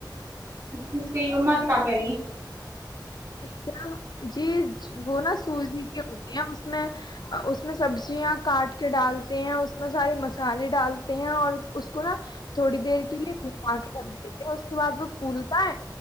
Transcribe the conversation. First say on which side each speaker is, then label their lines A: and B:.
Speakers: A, on the right; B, on the left.
A: مس کہئی مات کاکہاری
B: کیا جی وہ نا سوزی کے ہوتے ہیں اس میں اس میں سبزیاں کاٹ کے ڈالتے ہیں اس میں سارے مسالے ڈالتے ہیں اور اس کو نا تھوڑی دیر کے لیے بوا کے رکھ دیتے ہیں اس کے بعد وہ پھولتا ہے